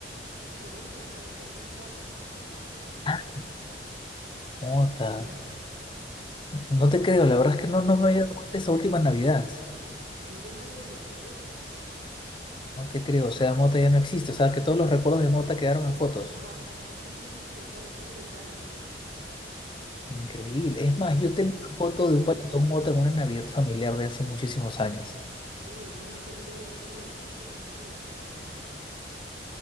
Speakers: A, on the right (about 65°); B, on the left (about 25°).
A: no me acuerdo, hay un panetón que es mota, mota desaparecido.
B: ah, nota.
A: Ya no hay,
B: No te creo, la verdad es que no, no me
A: sí,
B: había dado cuenta esa última Navidad.
A: ya no hay desde pandemia.
B: No te creo, o sea, Mota ya no existe, o sea, que todos los recuerdos de Mota quedaron en fotos.
A: Ajá, sí, sí, sí, sí, bueno, solo en Italia, creo.
B: Increíble. Es más, yo tengo
A: Porque,
B: una foto de
A: ujú.
B: un panetón Mota en una Navidad familiar de hace muchísimos años.
A: Uy, no, <laughs> yo también me acuerdo que quise comprar y ya no había ya.